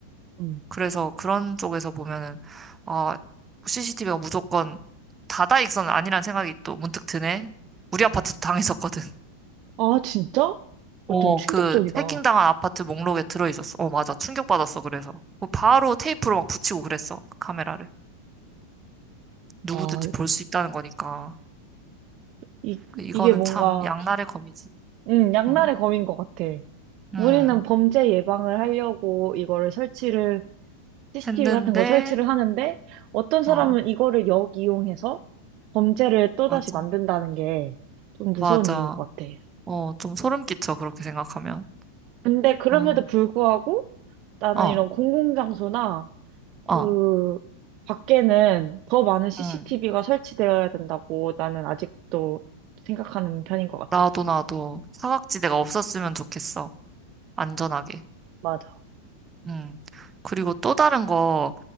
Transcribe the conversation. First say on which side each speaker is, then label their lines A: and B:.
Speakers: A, on the right; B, on the right.
A: 음.
B: 그래서 그런 쪽에서 보면은, 어 CCTV가 무조건 다다익선은 아니란 생각이 또 문득 드네. 우리 아파트도 당했었거든. <laughs>
A: 아, 진짜? 어,
B: 어,
A: 좀 충격적이다.
B: 그 해킹당한 아파트 목록에 들어있었어. 어, 맞아. 충격받았어, 그래서. 뭐 바로 테이프로 막 붙이고 그랬어, 그 카메라를. 누구든지
A: 아,
B: 볼 수 있다는 거니까.
A: 이,
B: 그 이거는
A: 이게 뭔가
B: 참 양날의 검이지.
A: 응 양날의
B: 응,
A: 검인 것 같아.
B: 응.
A: 우리는 범죄 예방을 하려고 이거를 설치를, CCTV
B: 했는데,
A: 같은 거 설치를 하는데, 어떤 사람은
B: 어,
A: 이거를 역이용해서 범죄를 또다시
B: 맞아.
A: 만든다는 게 좀 무서운
B: 맞아.
A: 일인 것 같아.
B: 어, 좀 소름 끼쳐, 그렇게 생각하면.
A: 근데 그럼에도
B: 어,
A: 불구하고 나는
B: 어,
A: 이런 공공장소나
B: 어,
A: 그 밖에는 더 많은 CCTV가
B: 응.
A: 설치되어야 된다고 나는 아직도 생각하는 편인 것 같아.
B: 나도, 나도. 사각지대가 없었으면 좋겠어. 안전하게.
A: 맞아.
B: 음. 그리고 또 다른 거,